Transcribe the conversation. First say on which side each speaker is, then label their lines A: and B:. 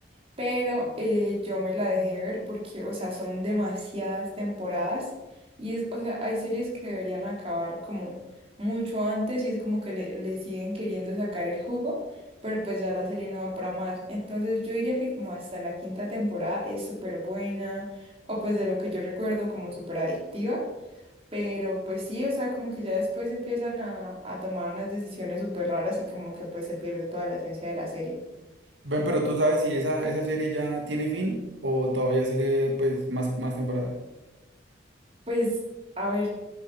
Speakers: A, on the right (about 30°); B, on the right (about 75°).
A: Pero eh, yo me la dejé ver porque, o sea, son demasiadas temporadas y es, o sea, hay series que deberían acabar como mucho antes y es como que le, le siguen queriendo sacar el jugo, pero pues ya la serie no va para más. Entonces yo diría que como hasta la quinta temporada es súper buena o pues de lo que yo recuerdo como súper adictiva. Pero pues sí, o sea, como que ya después empiezan a, a tomar unas decisiones súper raras y como que pues se pierde toda la esencia de la serie.
B: Ven, pero tú sabes si esa, esa serie ya tiene fin o todavía sigue pues más, más temporadas.
A: Pues a ver.